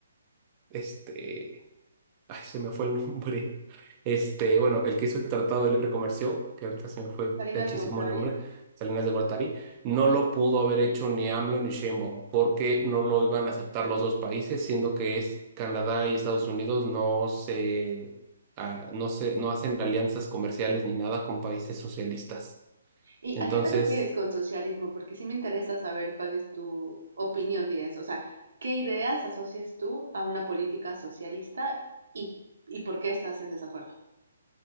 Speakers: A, on the right; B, on the right.
A: este Ay, se me fue el <laughs> nombre. Este, bueno, el que hizo el Tratado de Libre Comercio, que ahorita se me fue
B: Salinas
A: gachísimo
B: de Gortari.
A: el nombre, Salinas de Gortari, no lo pudo haber hecho ni AMLO ni Sheinbaum, porque no lo iban a aceptar los dos países, siendo que es Canadá y Estados Unidos no se, ah, no se, no hacen alianzas comerciales ni nada con países socialistas.
B: ¿Y
A: Entonces,
B: a qué te refieres con socialismo? Porque sí me interesa saber cuál es tu opinión de eso. O sea, ¿qué ideas asocias tú a una política socialista y, y por qué estás en desacuerdo?